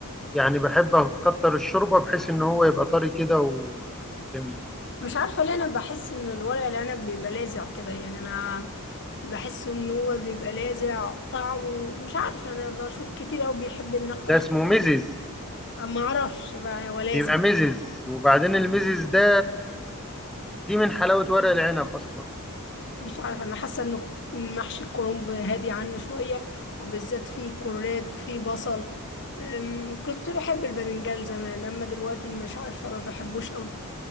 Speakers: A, in the centre; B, on the left.
A: يعني بحب اكتر الشوربه بحيث ان هو يبقى طري كده و- وجميل
B: مش عارفة ليه أنا بحس إن الورق العنب بيبقى لاذع كده يعني أنا بحس إن هو بيبقى لاذع طعمه مش عارفة أنا بشوف كتير أوي بيحب إن أكتر
A: ده
B: حاجة
A: اسمه مزز
B: ما أعرفش بقى هو لاذع
A: بيبقى مزز وبعدين المزز ده دي من حلاوه ورق العنب اصلا
B: مش عارفة أنا حاسة إنه محشي الكرنب هادي عنه شوية وبالذات فيه كراد فيه بصل أم، كنت بحب الباذنجان زمان أما دلوقتي مش عارفة ما بحبوش أوي